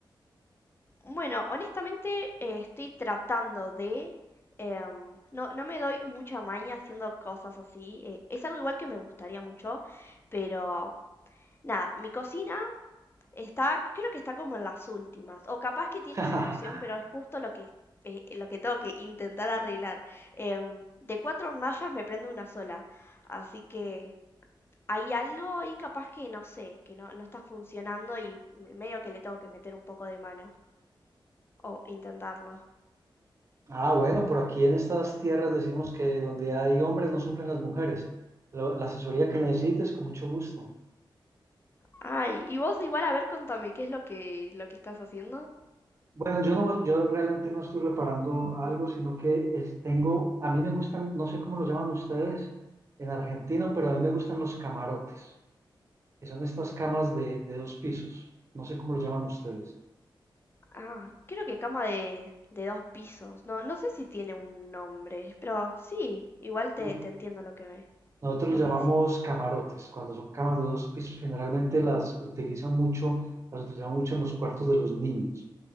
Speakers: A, on the left; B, on the right.
A: Bueno, honestamente eh, estoy tratando de... em, no, no me doy mucha maña haciendo cosas así. eh, es algo igual que me gustaría mucho, pero nada, mi cocina está, creo que está como en las últimas, o capaz que tiene
B: <laughs>
A: solución, pero es justo lo que, eh, lo que tengo que intentar arreglar. Em, de cuatro hornallas me prende una sola, así que... hay algo ahí capaz que no sé, que no, no está funcionando y medio que le tengo que meter un poco de mano o intentarlo.
B: Ah, bueno, por aquí en estas tierras decimos que donde hay hombres no sufren las mujeres. Lo- La asesoría que necesites, con mucho gusto.
A: Ay, y vos igual a ver, contame, ¿qué es lo que, lo que estás haciendo?
B: Bueno, yo no, yo realmente no estoy reparando algo, sino que es- tengo, a mí me gustan, no sé cómo lo llaman ustedes en Argentina, pero a mí me gustan los camarotes. que son estas camas de, de dos pisos. No sé cómo lo llaman ustedes.
A: Ah, creo que cama de, de dos pisos. No, no sé si tiene un nombre, pero sí, igual te,
B: ¿No?
A: te entiendo lo que me,
B: Nosotros
A: lo
B: los llamamos
A: que decís.
B: camarotes, cuando son camas de dos pisos, generalmente las
A: Mm.
B: utilizan mucho, las utilizan mucho en los cuartos de los niños,